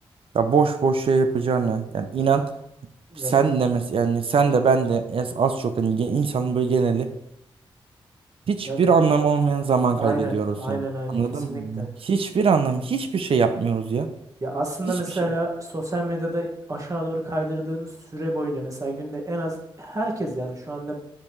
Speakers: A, on the right (about 65°); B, on the right (about 35°).
A: Ya boş boş şey yapacağını yani inan
B: Ya,
A: sen de mesela yani sen de ben de az, az çok hani ge- insanın böyle geneli Hiçbir
B: ya,
A: anlamı olmayan zaman
B: aynen.
A: kaybediyoruz
B: Aynen
A: yani.
B: aynen
A: Anladın
B: kesinlikle.
A: mı? Yani hiçbir anlam, hiçbir şey yapmıyoruz ya.
B: Ya aslında
A: Hiçbir
B: mesela
A: şey.
B: sosyal medyada aşağı doğru kaydırdığımız süre boyunca mesela günde en az herkes yani şu anda